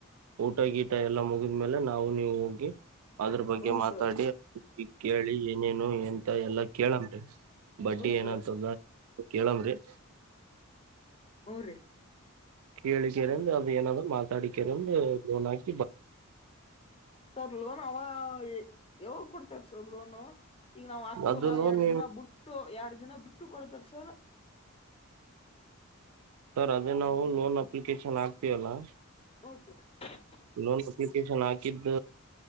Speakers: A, on the right; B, on the left.
A: ಊಟ, ಗೀಟ ಎಲ್ಲಾ ಮುಗಿದ್ಮೇಲೆ ನಾವು ನೀವು ಹೋಗಿ. <inaudible> ಅದ್ರ, ಬಗ್ಗೆ
B: ಹ್ಞೂ
A: ಮಾತಾಡಿ
B: ಸರ್
A: ಕೇಳಿ, ಏನೇನು ಎಂತ ಎಲ್ಲಾ ಕೇಳಮ್ರಿ ಬಡ್ಡಿ
B: ಹ್ಞೂ ಸರ್
A: ಏನಂತದ ಕೆಳಮರಿ. <inaudible>
B: ಹ್ಮ್, ರಿ. <inaudible>
A: ಕೇಳಿಕರಂದು, ಏನು, ಅದು, ಮಾತಾಡಿಕ್ರಂದು ಲೋನ್ ಹಕಿ.
B: ಸ, ಲೋನ್ ಹ, ಏ <unintelligible> ಯಾವಾಗ, ಕೊಡ್ತಾರೆ, ಸರ್ ಲೋನು? <unintelligible> ಈಗ ನಾವು ಆಗ್ತಿವಲ್ಲಾ!
A: ಅದು ಲೋನ್
B: ಎರಡ್ ದಿನ ಬಿುಟ್ಟು ಎರಡ್ ದಿನ ಬಿಟ್ಟು ಕೊಡುತ್ತಾರೆ, ಸಾರ್. <inaudible>
A: ಸರ್, ಅದೇ ನಾವು, ಲೋನ್. <unintelligible> ಅಪ್ಲಿಕೇಶನ್, ಆಗ್ತೀವಲ್ಲಾ?. <inaudible>
B: <unintelligible> <inaudible>
A: ಲೋನ್ ಅಪ್ಲಿಕೇಶನ್ ಹಾಕಿದ್ದ